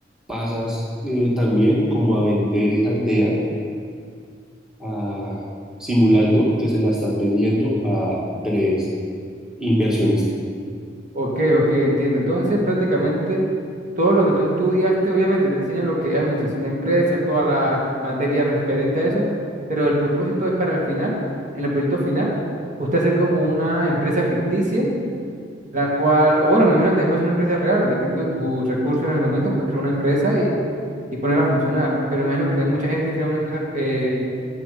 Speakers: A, in the centre; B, on the right (about 45°).
A: pasas eh, también como a vender esa idea a- simulando que se la estás vendiendo a tres inversionistas.
B: Ok, ok, entiendo. Entonces, prácticamente todo lo que tú estudiaste, obviamente te enseñan lo que es administración de empresas, todas las materias referentes a eso, pero el propósito es para el final, en el proyecto final, usted hacer como una empresa ficticia, la cual, o bueno, me imagino que también puede ser una empresa real, dependiendo de tus recursos en el momento, pues crear una empresa y, y ponerla a funcionar. Pero me imagino que también mucha gente crea una empresa eh,